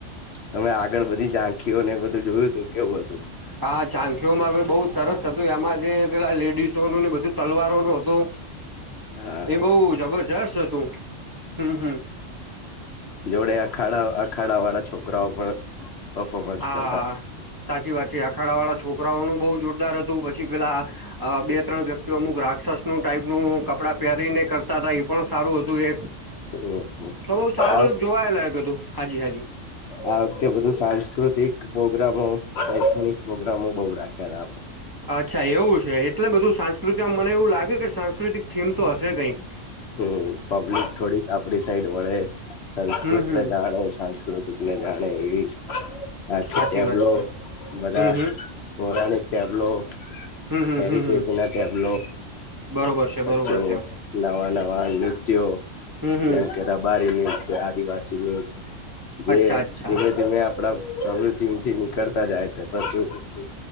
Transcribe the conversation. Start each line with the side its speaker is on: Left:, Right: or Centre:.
Left: તમે આગળ બધી ઝાંખીઓને એ બધું જોયું હતું કેવું હતું.
Right: હા ઝાનખીઓમાં હ બહુ સરસ હતું એમાં જે પેલા લેડીસો ન ને બધું તલવારો નું હતું.
Left: હા
Right: એ બઉ જબરજસ્ત હતું હમ હમ.
Left: જોડે અખાડા અખાડા વાળા છોકરાઓ પણ પફોમન્સ
Right: હા
Left: કરતા
Right: સાચી વાત છે અખાડા વાળા છોકરાઓનું બહુ જોરદાર હતું પછી પેલા અ બે ત્રણ વ્યક્તિઓ અમુક રાક્ષસ નું ટાઈપનું કપડાં પહેરીને કરતા હતા એ પણ સારું હતું એક
Left: હમ
Right: તો બઉ સારું
Left: આ
Right: એક જોવાય લાયક હતું હાજી હાજી.
Left: આ વખતે બધું સાંસ્કૃતિક પ્રોગ્રામો શૈક્ષણિક પ્રોગ્રામો બઉુ રાખ્યા હતા આ.
Right: અચ્છા એવું છે એટલે બધું સાંસ્કૃતમાં મને એવું લાગ્યું કે સાંસ્કૃતિક થીમ તો હશે કઈ. <unintelligible>
Left: હમ પબ્લિક થોડીક આપડી સાઈડ વળે સંસ્કૃત
Right: હમ હમ
Left: ને જાણે સાસ્કૃત ને જાણે એવી આખ
Right: સાચી
Left: એબલો
Right: વાત છે
Left: બધા
Right: હમ હમ
Left: પોરાણિક ટેબ્લો
Right: હમ હમ
Left: હેરિટેજ
Right: હમ હમ
Left: ના ટેબ્લો
Right: બરોબર છે
Left: પછી
Right: બરોબર છે
Left: નવા નવા તેઓ
Right: હમ હમ
Left: જેમ કે, રબારીની સે, આદિવાસી ની જે
Right: અચ્છા અચ્છા
Left: ધીમે ધીમે આપડા પ્રવૃતિંથી નીકળતા જાય છે, પ્રકૃતિથી